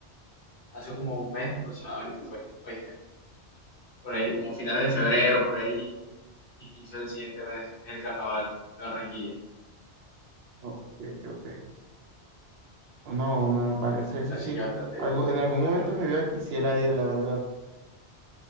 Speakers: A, on the left; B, on the right.
A: hace como un mes aproximadamente fue, ¿oíste? Por ahí como finales de febrero, por ahí inicio del siguiente mes, es el carnaval de Barranquilla.
B: Ok, ok. No, me parece eso
A: Así
B: sí.
A: que bastante,
B: Algo, en algún
A: qué bueno.
B: momento de mi vida quisiera ir, la verdad. O